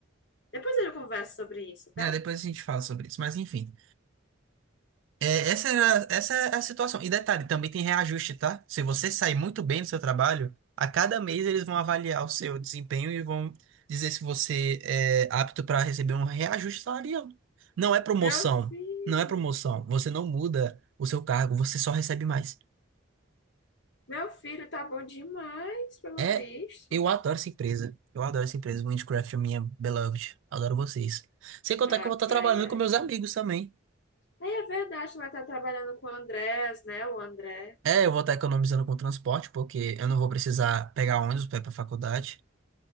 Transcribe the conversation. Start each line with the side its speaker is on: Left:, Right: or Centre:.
Left: Depois eu converso sobre isso, tá?
Right: É, depois a gente fala sobre isso, mas enfim. É, essa era, essa é a situação. E detalhe, também tem reajuste, tá? Se você sair muito bem do seu trabalho, a cada mês eles vão avaliar o seu desempenho e vão dizer se você é apto para receber um reajuste salarial. Não é promoção,
Left: Meu filho,
Right: não é promoção. Você não muda o seu cargo, você só recebe mais.
Left: meu filho tá bom demais, pelo
Right: É,
Left: visto.
Right: eu adoro essa empresa. Eu adoro essa empresa. Minecraft, minha beloved. Adoro vocês. Sem contar
Left: Ai,
Right: que eu vou estar trabalhando
Left: ai, ai.
Right: com meus amigos também.
Left: Aí é verdade, vai estar trabalhando com o Andrés, né? O André.
Right: É, eu vou estar economizando com transporte, porque eu não vou precisar pegar ônibus para ir para faculdade.